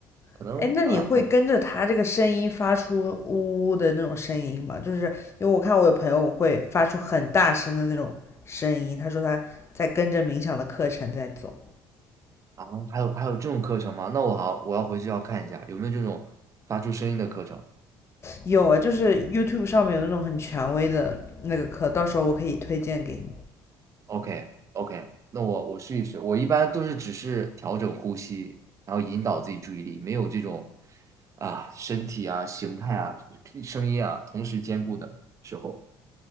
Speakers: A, on the right; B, on the left.
A: 可能啊
B: <laughs> 哎，那你会跟着他这个声音发出呜呜的那种声音吗？就是因为我看我有朋友会发出很大声的那种声音，他说他在跟着冥想的课程在走。
A: 啊还有还有这种课程吗？那我好我要回去要看一下有没有这种发出声音的课程。
B: 有啊，就是 YouTube 上面有那种很权威的那个课，到时候我可以推荐给你。
A: OK OK，那我我试一试。我一般都是只是调整呼吸，然后引导自己注意力，没有这种啊身体啊形态啊声音啊同时兼顾的时候。